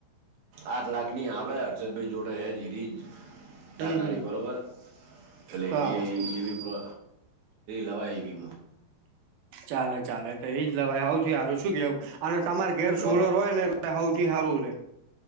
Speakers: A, on the right; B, on the right.
A: આઠ લાખની આવે હર્ષદભાઈ જોડે છે.
B: હમ
A: ટાટાની
B: હમ
A: બરાબર એટલે
B: હા.
A: એવી પ્રો લવાય.
B: ચાલે ચાલે તો એજ લવાય સૌથી સારું શું કેવું અને તમારે ઘેર
A: લો
B: સોલર
A: બ-
B: હોય ને સૌથી સારું